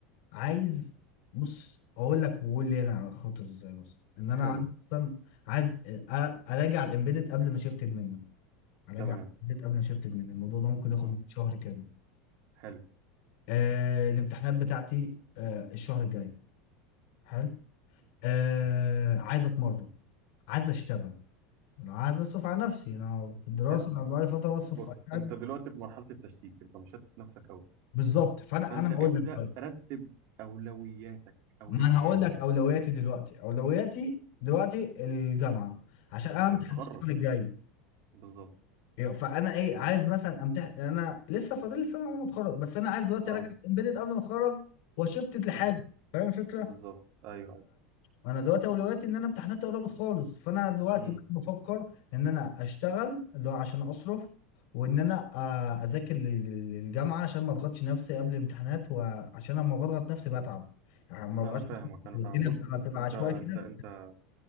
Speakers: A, on the left (about 65°); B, on the right (about 50°).
A: عايز بص اقول لك وقول لي انا خطط ازاي بص ان انا
B: حلو
A: عايز اصلا عايز أ- اراجع الامبيدد قبل ما شفتد منه اراجع
B: تمام
A: الامبيدد قبل ما شفتد منه الموضوع ده ممكن ياخد
B: مم.
A: مني شهر كامل
B: حلو
A: آه الامتحانات بتاعتي آه الشهر الجاي حلو
B: مم.
A: آه عايز اتمرن عايز اشتغل انا عايز اصرف على نفسي انا في الدراسه
B: حلو
A: انا بقالي فتره بصرف
B: بص
A: في أي حد
B: انت دلوقتي في مرحله التشتيت انت مشتت نفسك قوي
A: بالظبط فانا
B: فانت
A: انا
B: ابدا
A: هقول لك طيب
B: رتب اولوياتك اولويات
A: ما انا هقول لك اولوياتي دلوقتي اولوياتي دلوقتي الجامعه عشان انا
B: انك
A: امتحان
B: تتخرج
A: الشهر الجاي
B: بالظبط
A: فانا ايه عايز مثلا امتحن انا لسه فاضل لي سنه وانا متخرج بس انا عايز دلوقتي
B: اه
A: اراجع امبيدد قبل ما اتخرج وشفت لحاجه
B: امم
A: فاهم الفكره
B: بالظبط ايوه ايوه
A: انا دلوقتي اولوياتي ان انا امتحاناتي قربت خالص فانا دلوقتي
B: امم
A: بفكر ان انا اشتغل اللي هو عشان اصرف وان انا آه، اذاكر لل- للجامعه عشان ما اضغطش نفسي قبل الامتحانات وعشان لما بضغط نفسي بتعب يعني ما
B: انا
A: بقاش
B: فاهمك انا
A: الدنيا
B: فاهم بص
A: بتبقى
B: بص
A: بتبقى
B: انت
A: عشوائي
B: انت
A: كده
B: انت